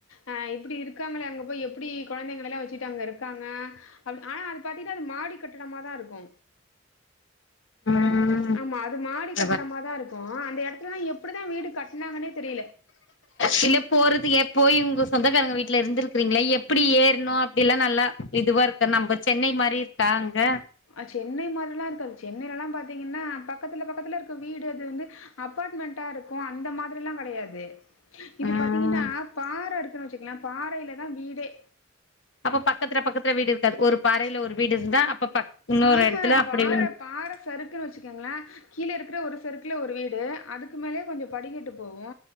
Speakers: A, on the left; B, on the left.
A: ஆ இப்டி இருக்காங்ளே அங்க போய் எப்டி கொழந்தைங்களல்லா வச்சுட்டு அங்கருக்காங்க அப் ஆனா அது பாத்தீங்கனா அது மாடி கட்டடமாதாருக்கு
B: ம்
A: ஆமா அது மாடி
B: <unintelligible>
A: கட்டடமா தா இருக்கு அந்த எடத்துலலா எப்டிதா வீடு கட்னாங்கன்னே தெரியல
B: சில போறது ஏ போய் உங்க சொந்தக்காரங்க வீட்ல இருந்துருக்கீங்ளே எப்டி ஏறணு அப்டில்லா நல்லா இதுவாருக்க நம்ம சென்னை மாரிருக்கா அங்க
A: ஆ சென்னை மாரில்லாருக்காது சென்னையிலல்லா பாத்தீங்கனா பக்கத்துல பக்கத்துலருக்க வீடு அது வந்து அபார்ட்மெண்ட்டாருக்கு அந்த மாதிரில்லா கெடையாது இது
B: ம்
A: பாத்தீங்கன்னா பாற இருக்குனு வச்சுக்கங்லே பாறயிலதா வீடே
B: அப்ப பக்கதுல பக்கதுல வீடு இருக்காது ஒரு பாறையில ஒரு வீடுருந்தா அப்ப பக் இன்னொரு
A: ஆஹ
B: எடத்துல அப்டி
A: பாற பாற சறுக்குனு வச்சு கிங்ளா கீழருக்ற ஒரு சருக்ல ஒரு வீடு அதுக்கு மேலயே கொஞ்சோ படிகட்டு போவு